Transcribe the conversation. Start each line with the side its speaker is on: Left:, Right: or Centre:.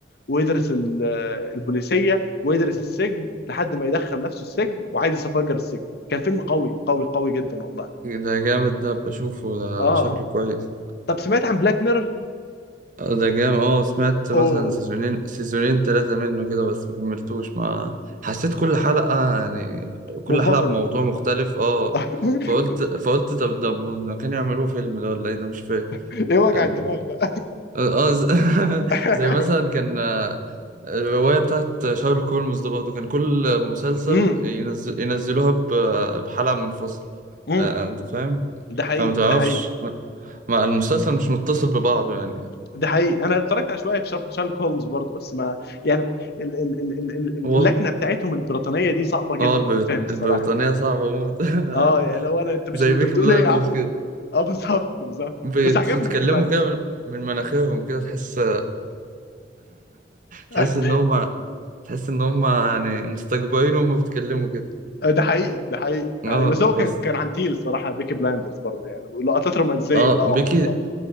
Left: ويدرس ال- آه، البوليسيه ويدرس السجن لحد ما يدخل نفسه السجن وعايز يفجر السجن كان فيلم قوي قوي قوي جدا والله
Right: ده جامد ده بشوفه ده
Left: اه
Right: شكله
Left: اه
Right: كويس
Left: طب سمعت عن بلاك ميرور
Right: آه، ده جام اه سمعت
Left: اوه
Right: مثلا سيزونين سيزونين ثلاثة منه كده بس ما كملتوش ما حسيت كل حلقة يعني كل
Left: منفصلة
Right: حلقة بموضوع مختلف اه
Left: <laughs>
Right: فقلت فقلت طب ده ما كانوا يعملوه فيلم ده ولا ايه ده مش فاهم
Left: ايه وجع
Right: يعني-
Left: الدماغ ده
Right: اه آه، ز- <laughs>
Left: <laughs>
Right: زي مثلا كان آه، الرواية بتاعت شارلوك هولمز ده برضه كان كل مسلسل
Left: امم
Right: ينزل ينزلوها ب- بحلقة منفصلة
Left: امم
Right: آه، انت فاهم
Left: ده حقيقي
Right: فما تعرفش
Left: ده حقيقي
Right: ما ما- المسلسل مش متصل ببعضه يعني
Left: ده حقيقي انا اتفرجت على شويه في شار- شارلوك هولمز برضه بس ما يعني ال- ال- ال- ال- ال-
Right: هو
Left: اللكنه بتاعتهم البريطانيه دي صعبه جدا
Right: اه البريط-
Left: الفهم الصراحه
Right: البريطانية صعبة موت <laughs>
Left: اه يعني لو انا انت مش
Right: زي
Left: انت
Right: بيكي
Left: بتقول
Right: بلايندرز
Left: ايه يا عم
Right: كده
Left: اه بالظبط بالظبط
Right: بيتكلموا
Left: بس عجبني بيكي بلايند
Right: كده من من مناخيرهم كده تحس <laughs>
Left: <laughs>
Right: تحس ان هم تحس ان هم يعني مستكبرين وهم بيتكلموا كده
Left: ده حقيقي ده حقيقي ده
Right: اه
Left: حقيقي بس هو
Right: بس
Left: كان كان عن تيل الصراحه بيكي بلايندرز برضه يعني ولقطات رومانسيه
Right: اه
Left: بقى
Right: بيكي
Left: وحوارات